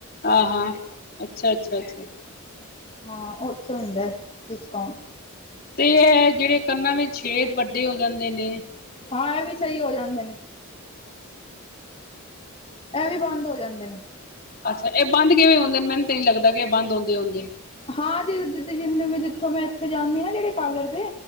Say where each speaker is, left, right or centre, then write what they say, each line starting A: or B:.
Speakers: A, on the left; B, on the left.
A: ਆ ਹਾਂ, ਅੱਛਾ-ਅੱਛਾ ਅੱਛਾ।
B: ਹਾਂ ਓਥੇ ਹੁੰਦੈ ਡਿਸਕਾਊਂਟ।
A: ਤੇ ਐ, ਜੇੜੇ ਕੰਨਾਂ ਵਿੱਚ ਛੇਦ ਵੱਡੇ ਹੋ ਜਾਂਦੇ ਨੇ
B: ਹਾਂ, ਐ ਵੀ ਸਈ ਹੋ ਜਾਂਦੇ ਨੇ। ਐ ਵੀ ਬਾੰਦ ਹੋ ਜਾਂਦੇ ਨੇ।
A: ਅੱਛਾ, ਏ ਬੰਦ ਕਿਵੇਂ ਹੋਂਦੇ ਨੇ? ਮੈਨ ਤੇ ਨੀ ਲੱਗਦਾ ਕੇ ਬੰਦ ਹੋਂਦੇ ਹੋਨਗੇ।
B: ਹਾਂਜੀ, ਜੀ ਜਿੱਥੋਂ ਮੈਂ ਏਥੇ ਜਾਂਦੀ ਨਾ ਜੇੜੇ ਪਾਰਲਰ ਤੇ